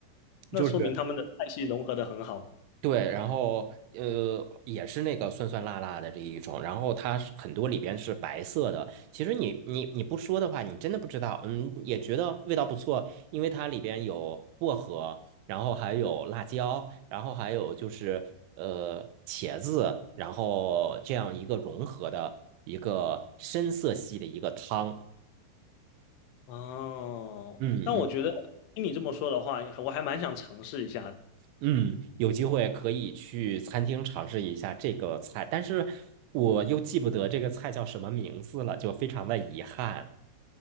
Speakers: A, on the left; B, on the right.
A: 那说明他们的菜系融合的很好
B: 就是对，然后呃，也是那个酸酸辣辣的这一种，然后它是很多里边是白色的。其实你你你不说的话，你真的不知道，嗯，也觉得味道不错，因为它里边有薄荷，然后还有辣椒，然后还有就是呃茄子，然后这样一个融合的一个深色系的一个汤。
A: 哦。
B: 嗯嗯
A: 但我觉得听你这么说的话，我还蛮想尝试一下的。
B: 嗯，有机会可以去餐厅尝试一下这个菜，但是我又记不得这个菜叫什么名字了，就非常的遗憾。